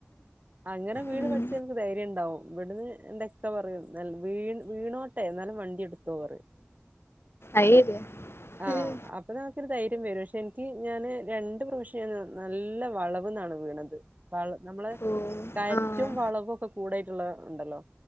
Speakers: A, on the right; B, on the left.
A: അങ്ങനെ വീണ്
B: ഉം
A: പഠിച്ച ദൈര്യം ഇണ്ടാവും ഇവ്ട്ന്ന് ന്റെക്ക പറയും വീ വീണോട്ടെ ന്നാലും വണ്ടി ഇട് ത്തോറിം
B: അയ് ശരിയാ
A: ആഹ ഒരു കണക്കിന് ധൈര്യം വരും പക്ഷെ എനിക്ക് ഞാന് രണ്ട് പ്രാവശ്യം ഞാൻ നല്ല വളവ്ന്നാണ് വീണത് വള നമ്മള്
B: ഓഹ്
A: കയറ്റും
B: ആഹ്
A: വളവും ഒക്കെ കൂടായിട്ട്ള്ളഹ് ഇണ്ടല്ലോ